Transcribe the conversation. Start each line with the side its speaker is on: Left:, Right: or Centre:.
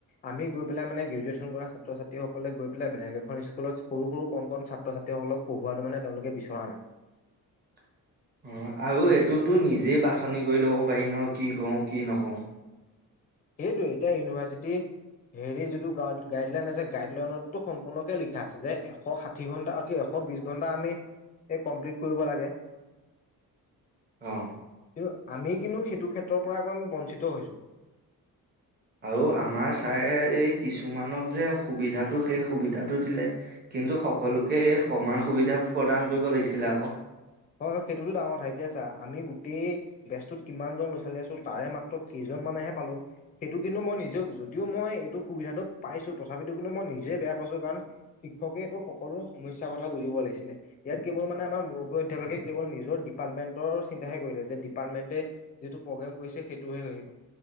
Left: আমি গৈ পেলাই মানে গ্ৰেজুৱেশ্যন কৰা ছাত্ৰ ছাত্ৰীসকলে গৈ পেলাই বেলেগ এখন স্কুলত সৰু সৰু কণ ছাত্ৰ ছাত্ৰীসকলক পঢ়োৱা মানে তেওঁলোকে বিচৰা নাই।
Right: <unintelligible> অ আৰু এইটোতো নিজেই বাছনি কৰি ল'ব পাৰি ন কি কৰো কি নকৰো।
Left: সেইটোয়ে এতিয়া ইউনিভাৰ্চিটি হেৰি যিটো গা গাইডলাইন আছে গাইডলাইনতটো সম্পূৰ্ণকে লিখা আছে যে এশ ষাঠি ঘণ্টা এ কি এশ এশ বিছ ঘণ্টাত আমি এই কমপ্লিট কৰিব লাগে।
Right: <inaudible> অ'
Left: কিন্তু আমি কিন্তু সেইটো ক্ষেত্ৰৰ পৰা আকৌ আমি বঞ্চিত হৈছোঁ।
Right: আৰু আমাৰ ছাৰে এই কিছুমানক যে সুবিধাটো সেই সুবিধাটো দিলে কিন্তু সকলোকে এই সমান সুবিধা প্ৰদান কৰিব লাগিছিলে আকৌ।
Left: হয় হয় সেইটোতো ডাঙৰ কথা এতিয়া চা আমি গোটেই বেছটোত কিমানজন লৰা- ছোৱালী আছো তাৰে মাত্ৰ কেইজন মানেহে পালো সেইটো কিন্তু মই নিজেও যদিও মই এইটো সুবিধাটো পাইছো তথাপিতো কিন্তু মই নিজে বেয়া পাইছো কাৰণ শিক্ষকে এইটো সকলো সমস্যা কথা বুজিব লাগিছিলে ইয়াত কেৱল মানে আমাৰ মুৰ কেভাগে কেৱল নিজৰ ডিপাৰ্টমেণ্টৰ চিন্তাহে কৰিলে যে ডিপাৰ্টমেণ্টে যিটো প্ৰগ্ৰেম কৰিছে সেইটোহে অই